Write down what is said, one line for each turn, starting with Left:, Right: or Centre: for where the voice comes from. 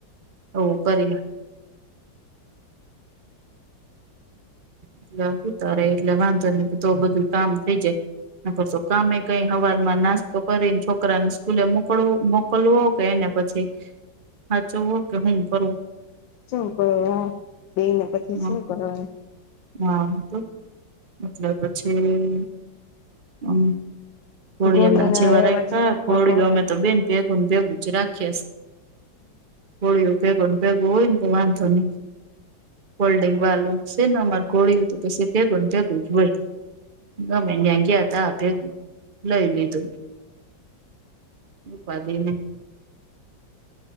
Right: ઓ કરીએ. એટલે ઉતારે એટલે વાંધો ને તો બધું કામ થઇ જાય ન કરર તો. કામે. કઈ હવારમાં નાસ્તો કરીને છોકરાને સ્કૂલે મોકલવું મોકલવું કે એને પછી હા ચું ઓકે હું કરું.
Left: શું કરો હા બેઈને પછી
Right: હા
Left: શું કરવાો.
Right: હા તો એટલે પછી. મ કોળિયા
Left: ઘોડિયાના
Right: ના જેવા
Left: એવા
Right: રાખા
Left: છે રાખવા
Right: કોળિયો
Left: પડે
Right: અમે તો બેન ભેગ ભેગું જ રાખીશ હોય. ભેગો ભેગો હોય ને તો વાંધો નહી ફલ્ડિંગ વાલું છે ને અમાર ગોળી તો પછી પણ હોય. ગમે ન્યા ગયા હતા આપે લઈ લીધું. ઉપાધિને